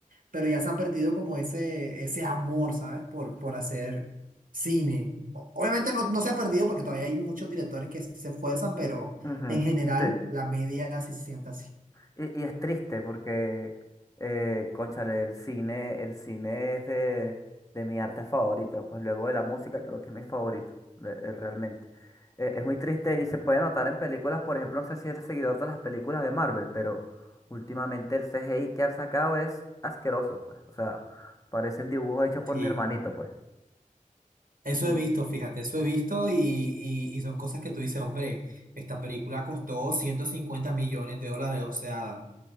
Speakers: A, on the right; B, on the left.
A: pero ya se ha perdido como ese, ese amor, ¿sabes? Por, por hacer cine. Obviamente no, no se ha perdido porque todavía hay muchos directores que se esfuerzan, pero
B: ujú,
A: en general
B: sí.
A: la media sí se siente así.
B: Y, y es triste porque, eh, cónchale, el cine, el cine es de, de mi arte favorito. Pues luego de la música creo que es mi favorito, de- eh, realmente. Eh, es muy triste y se puede notar en películas, por ejemplo, no sé si eres seguidor de las películas de Marvel, pero últimamente el CGI que han sacado es asqueroso, pues. O sea, parecen dibujos hechos por
A: Sí,
B: mi hermanito, pues.
A: eso
B: ¿Y
A: he visto, fíjate, eso he visto y, y, y son cosas que tú dices, hombre, esta película costó 150 millones de dólares, o sea,